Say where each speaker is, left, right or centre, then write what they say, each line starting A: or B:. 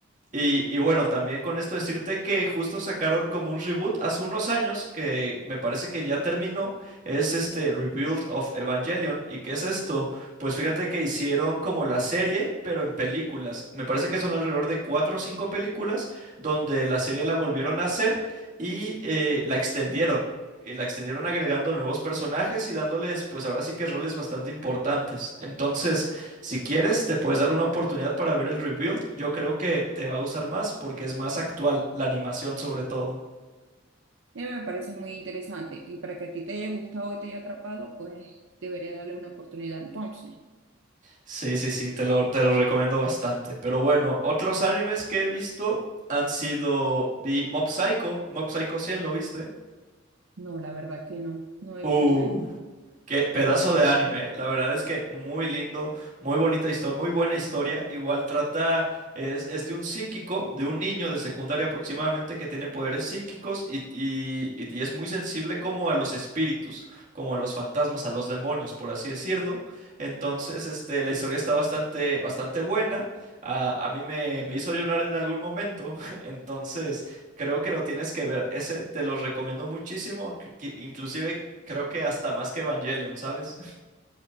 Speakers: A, on the right; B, on the right.
A: Y, y bueno, también con esto decirte que justo sacaron como un reboot hace unos años que me parece que ya terminó, es este Rebuild of Evangelion. ¿Y qué es esto? Pues fíjate que hicieron como la serie, pero en películas. Me parece que son alrededor de cuatro o cinco películas donde la serie la volvieron a hacer y eh, la extendieron. Eh, La extendieron agregando nuevos personajes y dándoles, pues ahora sí que roles bastante importantes. Entonces, si quieres, te puedes dar una oportunidad para ver el rebuild. Yo creo que te va a gustar más porque es más actual, la animación sobre todo.
B: Y me parece muy interesante. Y para que a ti te haya gustado y te haya atrapado, pues debería darle una oportunidad entonces.
A: Sí, sí, sí, te lo, te lo recomiendo bastante. Pero bueno, otros animes que he visto han sido... Vi Mob Psycho, Mob Psycho 100, ¿lo viste?
B: No, la verdad que no, no he
A: Uh.
B: visto ese anime.
A: Qué pedazo de anime, ¿eh? la verdad es que muy lindo, muy bonita historia, muy buena historia. Igual trata, es, es de un psíquico, de un niño de secundaria aproximadamente que tiene poderes psíquicos y, y- y- y es muy sensible como a los espíritus, como a los fantasmas, a los demonios, por así decirlo. Entonces, este, la historia está bastante, bastante buena. A, a mí me, me hizo llorar en algún momento. <laughs> Entonces, Creo que lo tienes que ver. Ese te lo recomiendo muchísimo. que- que Inclusive creo que hasta más que Evangelion, ¿sabes? <laughs>